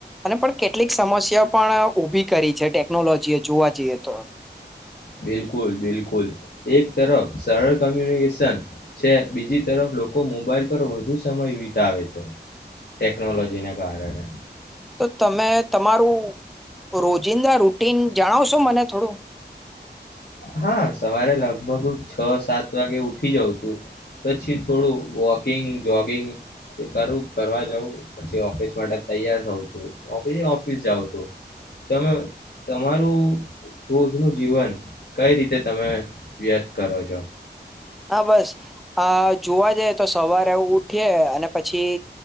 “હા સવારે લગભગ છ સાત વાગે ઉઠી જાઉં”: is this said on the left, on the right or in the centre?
Left